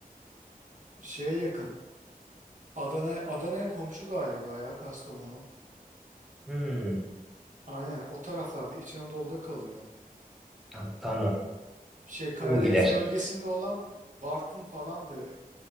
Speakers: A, on the right; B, in the centre.
A: şeye yakın. Adana'ya Adana'ya komşu galiba ya Kastamonu.
B: Hmm.
A: Aynen o taraflarda İç Anadolu'da kalıyor.
B: Ha, tamam.
A: şey Karadeniz
B: O iler.
A: bölgesinde olan Bartın falandı.